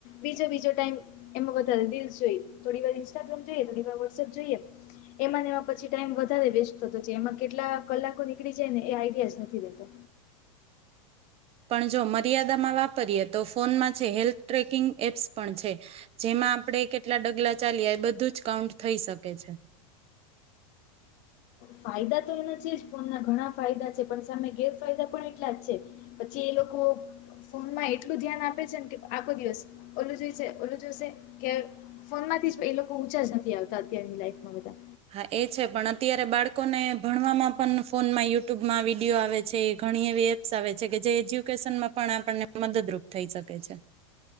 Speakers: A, on the left (about 45°); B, on the right (about 35°).
A: બીજો બીજો ટાઈમ એમાં વધારે રિલસ જોઈએ થોડી વા ઇંસ્ટાગ્રામ જોઈએ થોડીર વોટ્સએપ જોઈએ એમાં એમાં પછી ટાઈમ વધારે વેસ્ટ થતો છે એમાં કેટલા કલાકો નીકળી જાય ને એ આઈડિયા નથી રતો
B: પણ જો મર્યાદામાં વાપરીયએ તો ફોનમાં છે હેલ્થ ટ્રેકિંગ એપ્સ પણ છે જેમાં આપણે કેટલા ડગલા ચાલીએ એ બધું જ કાઉન્ટ થઈ શકે છે
A: ફાયદા તો એના છે જ ફોન ના ઘણા ફાયદા છે પણ સામે ગેરફાયદા પણ એટલા જ છે પછી એ લોકો ફોનમાં એટલું ધ્યાન આપે છે ને કે આખો દિવસ ઓલું જોઈશે ઓલું જોઈશે કે ફોન માંથી એ લોકો ઊંચા જ નથી આવતા અત્યારની લાઈફમાં બધા
B: હા એ છે પણ અત્યારે બાળકોને ભણવામાં પણ ફોન માં યુટ્યુબમાં વિડીયો આવે છે ઘણી એવી એપ્સ આવે છે કે જે એજ્યુકેશનમાં પણ આપણને મદદરૂપ થઈ શકે છે